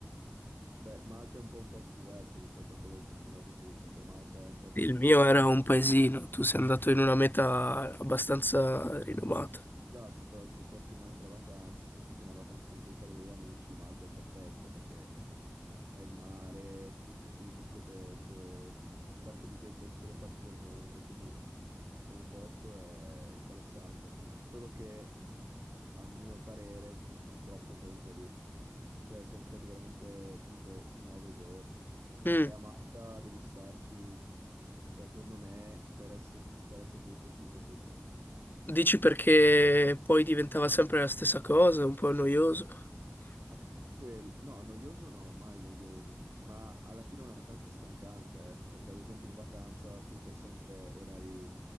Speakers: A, on the right; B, on the left.
A: Beh, Malta è un po' un posto diverso rispetto a quello in cui sei andato tu, perché Malta è un posto
B: Il
A: più
B: mio
A: perfetto.
B: era un paesino, tu sei andato in una meta abbastanza rinomata.
A: Esatto, però se cerchi un'altra vacanza, se cerchi una vacanza con cui fare degli amici, Malta è perfetta perché hai il mare, ci sono un sacco di discoteche, un sacco di gente da tutte le parti del mondo, quindi come posto è interessante. Solo che a mio parere siamo stati troppo tempo lì, cioè siamo stati veramente tipo nove giorni
B: Mm,
A: e a Malta devi starci, secondo me, per essere, per essere giusto, 5-6 giorni.
B: Dici perché poi diventava sempre la stessa cosa, un po' noioso?
A: A parte quel- No, noioso no, mai noioso, ma alla fine una vacanza è stancante, eh, Perché ad esempio in vacanza tu fai sempre orari,